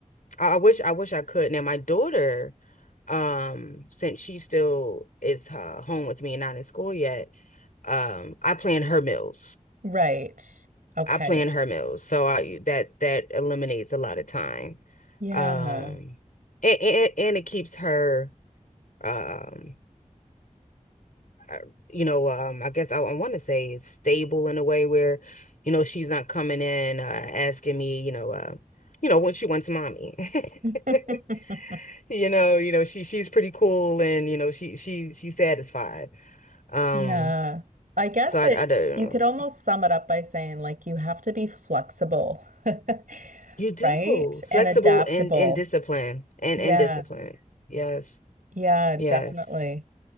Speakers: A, on the left (about 75°); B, on the right (about 80°).
A: I I wish I wish I could. Now my daughter, um, since she still is uh, home with me and not in school yet, um, I plan her meals.
B: Right. Okay.
A: I plan her meals, so I that that eliminates a lot of time,
B: Yeah.
A: um, and and, and it keeps her, um, uh, you know, um, I guess I, I want to say stable in a way where, you know, she's not coming in uh, asking me, you know, uh, you know, what she wants, mommy.
B: <laughs>
A: <laughs> you know, you know, she she's pretty cool and you know, she she she's satisfied. Um,
B: Yeah. I guess
A: so I
B: it,
A: I don't
B: you could almost sum it up by saying, like, you have to be flexible, <laughs>
A: You do.
B: right?
A: Flexible
B: And adaptable.
A: and and discipline and
B: Yes.
A: and discipline. Yes.
B: Yeah,
A: Yes.
B: definitely.